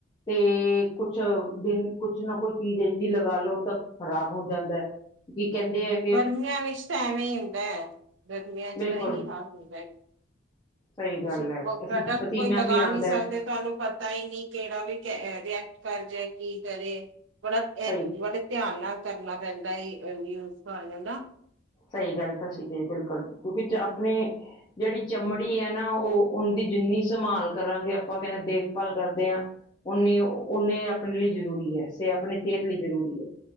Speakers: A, on the left; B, on the right.
A: ਤੇ ਕੁਛ ਦਿਨ, ਕੁਛ ਨਾ ਕੁਝ ਚੀਜ਼ ਇਹ ਜੀ ਲਗਾ ਲੋ ਤਾਂ ਖ਼ਰਾਬ ਹੋ ਜਾਂਦਾ ਹੈ। ਕੀ ਕਹਿੰਦੇ ਆ
B: ਗਰਮੀਆਂ ਵਿੱਚ ਤਾਂ ਐਵੇਂ ਹੀ ਹੁੰਦਾ ਹੈ, ਗਰਮੀਆਂ ਚ
A: ਬਿਲਕੁਲ
B: ਤਾਂ ਇਹੀ ਹਾਲ ਹੁੰਦਾ ਹੈ।
A: ਸਹੀ
B: ਤੁਸੀਂ
A: ਗੱਲ ਹੈ
B: ਪ੍ਰੋਡਕਟ
A: ਪਸੀਨਾ
B: ਕੋਈ ਲਗਾ
A: ਵੀ ਆਉਂਦਾ
B: ਨਹੀਂ ਸਕਦੇ,
A: ਹੈ
B: ਤੁਹਾਨੂੰ ਪਤਾ ਪਤਾ ਹੀ ਨਹੀਂ, ਕਿਹੜਾ ਵੀ ਰਿਐਕਟ ਕਰ ਜੇ, ਕੀ ਕਰੇ ਬੜਾਇਹ
A: ਸਹੀ
B: ਬੜੇ ਧਿਆਨ ਨਾਲ ਕਰਨਾ ਪੈਂਦਾ ਯੂਜ, ਤੁਹਾਨੂੰ ਨਾ
A: ਸਹੀ ਗੱਲ ਤਾਂ ਸੀ ਬਿਲਕੁਲ, ਕਿਉਂਕਿ
B: ਹਮ,
A: ਆਪਣੇ ਜਿਹੜੀ ਚਮੜੀ ਹੈ ਨਾ ਉਹ, ਉਹ ਦੀ ਜਿੰਨੀ ਸੰਭਾਲ ਕਰਾਂਗੇ ਆਪਾਂ ਕਹਿੰਦੇ ਦੇਖਭਾਲ ਕਰਦੇ ਹਾਂ ਓਨੀ ਓਨੇ ਆਪਣੇ ਲਈ ਜ਼ਰੂਰੀ ਹੈ, ਆਪਣੀ ਸਿਹਤ ਲਈ ਜ਼ਰੂਰੀ ਹੈ